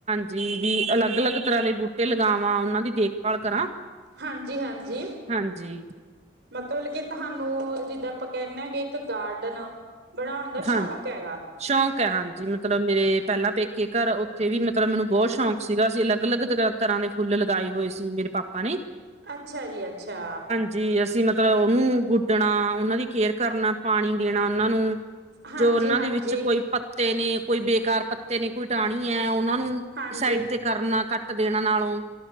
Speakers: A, on the right; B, on the right.
A: ਜੀ, ਜੀ ਅਲਾੱਗ-ਅਲਾੱਗ ਤਰਾਂ ਦੇ ਬੂਟੇ ਲਗਾਵਾਂ ਓਨਾਂ ਦੀ ਦੇਖਭਾਲ ਕਰਾਂ
B: ਹਾਂਜੀ, ਹਾਂਜੀ।
A: ਹਾਂਜੀ।
B: ਮਤਲਬ ਕਿ ਤਹਾਨੂੰ ਜਿੱਦਾਂ ਆਪਾਂ ਕੈਨੇ ਆਂ ਗੇ ਇੱਕ ਗਾਡਨ। ਬਣੋਣ ਦਾ
A: ਹਾਂ
B: ਸ਼ੌਕ ਹੈਗਾ।
A: ਸ਼ੌਕ ਐ ਹਾਂਜੀ, ਮਤਲਬ ਮੇਰੇ ਪੈਲਾਂ ਪੇਕੇ ਘਰ ਓਥੇ ਵੀ ਮਤਲਬ ਮੈਨੂੰ ਬੋਤ ਸ਼ੌਕ ਸੀਗਾ ਅਸੀ ਅਲੱਗ-ਅਲੱਗ ਤਰਾਂ ਤਰਾੰ ਦੇ ਫੁੱਲ ਲਗਾਏ ਹੋਏ ਸੀ ਮੇਰੇ ਪਾਪਾ ਨੇ।
B: ਅੱਛਾ ਜੀ, ਅੱਛਾ।
A: ਜੀ ਅਸੀ ਮਤਲਬ ਉਨੂੰ ਗੁੱਡਣਾ, ਓਨਾਂ ਦੀ ਕੇਅਰ ਕਰਨਾ, ਪਾਣੀ ਦੇਣਾ ਓਨਾਂ ਨੂੰ
B: ਹਾਂਜੀ
A: ਜੋ ਓਨਾਂ
B: ਹਾਂਜੀ
A: ਦੇ ਵਿੱਚ ਕੋਈ ਪੱਤੇ ਨੇ ਕੋਈ ਬੇਕਾਰ ਪੱਤੇ ਨੇ ਕੋਈ ਟਾਣੀ ਐ ਓਨਾਂ ਨੂੰ
B: ਹਾਂਜੀ
A: ਸਾਈਡ ਤੇ ਕਰਨਾ ਕਾੱਟ ਦੇਣਾ ਨਾਲੋਂ,